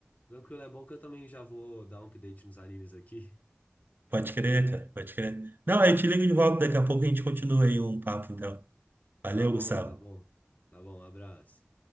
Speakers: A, on the left; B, on the right.
A: Tranquilo, é bom que eu também já vou dar um update nos animes aqui.
B: Pode crer, cara, pode crer. Não, aí eu te ligo de volta, daqui a pouco a gente continua aí um papo, então. Valeu,
A: Tá bom,
B: Gustavo.
A: tá bom. Tá bom, um abraço.